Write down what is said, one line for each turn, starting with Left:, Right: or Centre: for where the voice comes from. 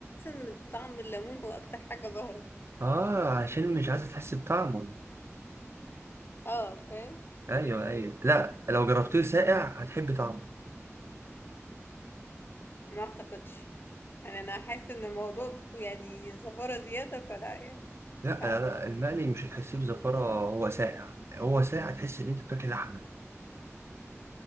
Left: إن طعم الليمون هو أكتر حاجة ظاهرة
Right: اه عشان مش عايزة تحس بطعمه
Left: اه فاهم
Right: ايوه ايوه لا لو جربتيه ساقع هتحب طعمه
Left: ما اعتقدش يعني انا حاسه ان الموضوع يعني زفاره زياده فلا يعني
Right: لا
Left: مش عارفه
Right: لا لا المقلي مش هتحسيه بزفرة هو ساقع هو ساقع تحس ان انت بتاكل لحمة